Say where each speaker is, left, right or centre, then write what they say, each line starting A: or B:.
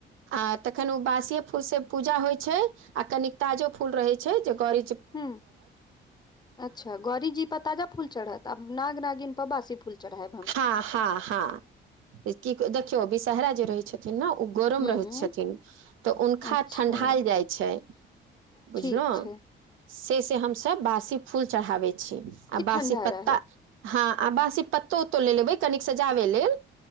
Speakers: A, on the right; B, on the left.
A: आ तखन ओ बासिए फूल से पूजा होइ छै आ कनिक ताजो फूल रहे छै जे गौरी
B: हूंम्म अच्छा गौरीजी पर ताजा फूल चढ़त आब नाग नागिन पर बासी फूल चढ़ाएब
A: हँ हँ हँ की देखियौ विषहरा जे रहै छथिन ने ओ गरम
B: हुँ
A: रहैत छथिन तऽ हुनखा
B: अच्छा
A: ठंढ़ायल जाइ छै
B: ठीक
A: बुझलहुँ
B: छै
A: से से हमसभ बासी फूल चढ़ाबै छी आ
B: कि
A: बासी
B: ठण्डा
A: पत्ता
B: रहत
A: हँ आ बाँसी पत्तो ओत्तो लऽ लेबै कनिक सजाबै लेल